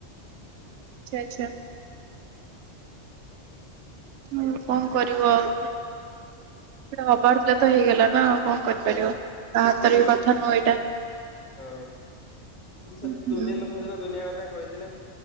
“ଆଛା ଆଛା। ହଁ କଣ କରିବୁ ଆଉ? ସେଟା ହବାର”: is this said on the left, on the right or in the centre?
Right